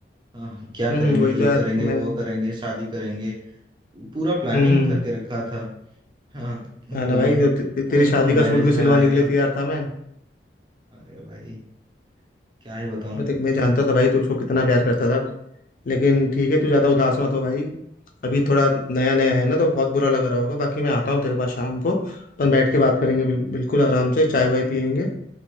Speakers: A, on the right; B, on the left.
A: हाँ, क्या
B: हम्म
A: करेंगे
B: वही
A: ये
B: तो यार
A: करेंगे
B: मैं
A: वो करेंगे शादी करेंगे पूरा प्लानिंग
B: हम्म हम्म,
A: करके रखा था हाँ तो
B: हाँ ना
A: कौन
B: भाई तो ते, ते, तेरी
A: कौन
B: शादी
A: कौन
B: का
A: मैरिज
B: सूट भी
A: में
B: सिलवाने
A: आएगा
B: के लिए तैयार था मैं
A: अरे भाई क्या ही बताऊं
B: मैं देख मैं जानता था भाई तू उसको कितना प्यार करता था लेकिन ठीक है तू ज्यादा उदास मत हो भाई अभी थोड़ा नया नया है ना तो बहुत बुरा लग रहा होगा बाकी मैं आता हूँ तेरे पास शाम को अपन बैठ के बात करेंगे बिल, बिल्कुल आराम से चाय वाय पियेंगे